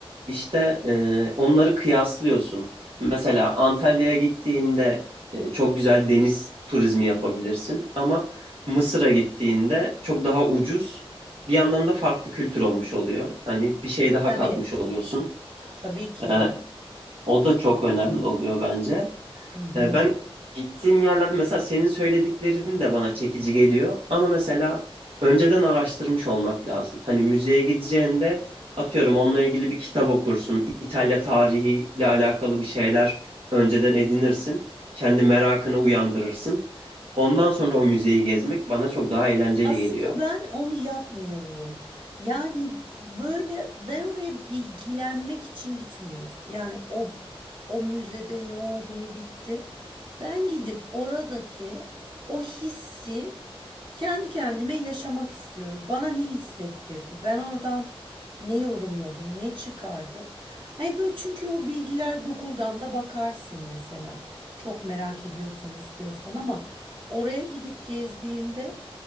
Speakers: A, on the right (about 70°); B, on the right (about 55°).
A: İşte e, onları kıyaslıyorsun. Mesela Antalya'ya gittiğinde e, çok güzel deniz turizmi yapabilirsin ama Mısır'a gittiğinde çok daha ucuz. Bir yandan da farklı kültür olmuş oluyor. Hani bir şey daha
B: Tabii,
A: katmış oluyorsun.
B: tabii ki.
A: E, o da çok önemli oluyor bence.
B: Hı hı.
A: E, Ben gittiğim yerlerde mesela senin söylediklerin de bana çekici geliyor. Ama mesela önceden araştırmış olmak lazım. Hani müzeye gideceğinde atıyorum onunla ilgili bir kitap okursun. İtalya tarihiyle alakalı bir şeyler önceden edinirsin. Kendi merakını uyandırırsın. Ondan sonra o müzeyi gezmek bana çok daha eğlenceli
B: Aslında
A: geliyor.
B: ben onu yapmıyorum. Yani böyle ben oraya bilgilenmek için gitmiyorum. Yani o o müzede ne oldu ne bitti. Ben gidip oradaki o hissi kendi kendime yaşamak istiyorum. Bana ne hissettirdi? Ben oradan ne yorumladım, ne çıkardım? Hayır böyle çünkü o bilgiler Google'dan da bakarsın mesela. Çok merak ediyorsan, istiyorsan ama oraya gidip gezdiğinde